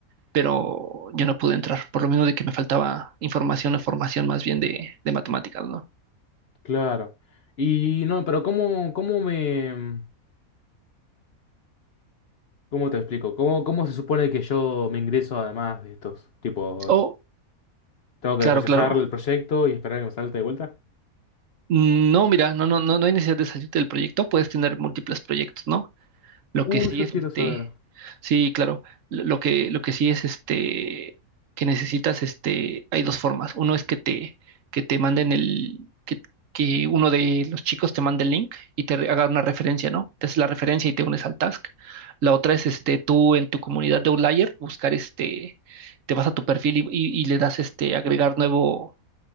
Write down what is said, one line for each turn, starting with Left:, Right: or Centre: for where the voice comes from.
Right: pero yo no pude entrar, por lo menos de que me faltaba información o formación más bien de, de matemáticas, ¿no?
Left: Claro. Y no, pero ¿cómo, cómo me... ¿Cómo te explico? ¿Cómo, cómo se supone que yo me ingreso además de estos tipos?
Right: O,
Left: Tengo que
Right: claro,
Left: rechazar
Right: claro.
Left: el proyecto y esperar a que me salte de vuelta.
Right: No, mira, no, no, no, no hay necesidad de salir del proyecto, puedes tener múltiples proyectos, ¿no? Lo
Left: Uh,
Right: que sí
Left: eso
Right: es
Left: quiero
Right: este,
Left: saber.
Right: sí, claro, lo lo que, lo que sí es este, que necesitas este, hay dos formas. Uno es que te, que te manden el, que, que uno de los chicos te mande el link y te re- haga una referencia, ¿no? Te hace la referencia y te unes al task. La otra es este, tú en tu comunidad de Outlier buscar este, te vas a tu perfil y, y- y le das este, agregar nuevo